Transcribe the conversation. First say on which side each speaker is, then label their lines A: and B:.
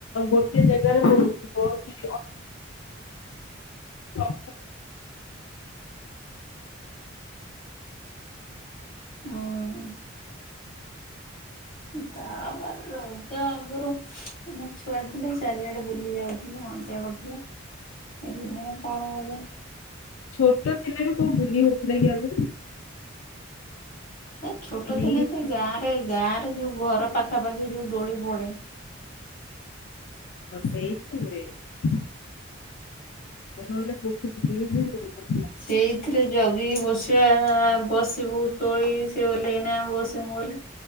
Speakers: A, on the left; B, on the left.
A: ଗୋଟେ ଜାଗାରେ ହଉଥିବ କି ତ <unintelligible>
B: ହଁ ତାପରେ ରଜ ଆଗରୁ, ଆମେ ଛୁଆ ଥିଲେ, ଚାରିଆଡେ ବୁଲି ଯାଉଛ ମଜା କରିଥିଲା ହେଇକ ନାଇ କଣ ମଜା
A: ଛୋଟ ଥିଲା ବି କୋଉ ଭୁଲି ହଉଥିଲା କି ଆଗରୁ
B: ଏ ଛୋଟ
A: ଅନେଇ
B: ଦିନେ ସେ
A: ବସ
B: ଗାଁ ରେ ଗାଁ ରେ ଯୋଉ ଘର ପାଖାପାଖି ଯୋଉ ଦୋଳି ପଡେ
A: ହଁ ସେଇଠି ହୁଏ <unintelligible> ଭୁଲି ବି ହଉନଥିଲା।
B: ସେଇଥିରେ ଜଗିି ବସିବା ଆ ବସିବୁ ଦୋଳି ସେ, ହୋଲେଇନେ ଆମେ ବସିବୁ ବୋଲି